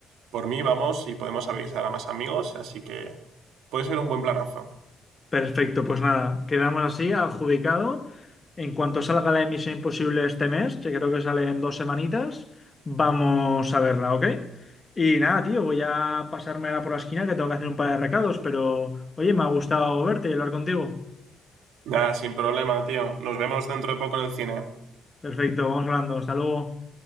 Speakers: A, on the right (about 85°); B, on the left (about 25°).
A: por mí vamos y podemos avisar a más amigos, así que puede ser un buen planazo.
B: Perfecto, pues nada, quedamos así, adjudicado. En cuanto salga la emisión Imposible este mes, que creo que sale en dos semanitas, vamos a verla, ¿ok? Y nada, tío, voy a pasarme ahora por la esquina que tengo que hacer un par de recados, pero oye, me ha gustado verte y hablar contigo.
A: Nada, sin problema, tío. Nos vemos dentro de poco en el cine.
B: Perfecto, vamos hablando, hasta luego.